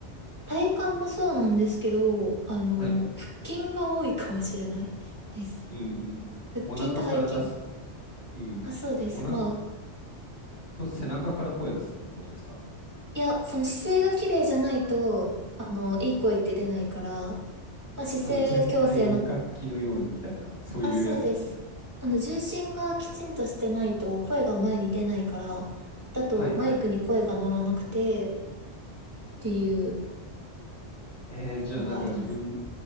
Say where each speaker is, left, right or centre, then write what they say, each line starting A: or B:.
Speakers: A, on the right; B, on the left.
A: 体幹もそうなんですけど、あの、
B: はい。
A: 腹筋が多いかもしれないです。
B: うんうん。
A: 腹筋と背筋。
B: お腹から出す、うん。
A: あ、そうです。
B: お腹
A: まあ、
B: と背中から声出すってことですか
A: いや、その姿勢が綺麗じゃないと、あの、いい声って出ないから、まあ、姿勢矯正の、
B: あの全体を楽器のようにみたいな、そういうやつですね。
A: あ、そうです。あの、重心がきちんとしてないと声が前に出ないから、だとマイクに声が乗らなくてっ
B: はいはい。
A: ていう
B: えー、じゃあなんか自分、
A: のがあります。